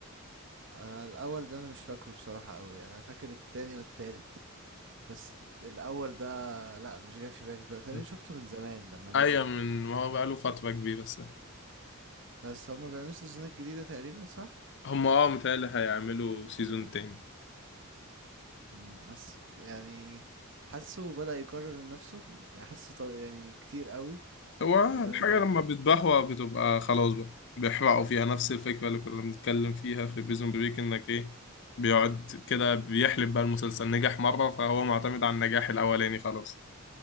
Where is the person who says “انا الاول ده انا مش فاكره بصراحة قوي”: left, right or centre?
Right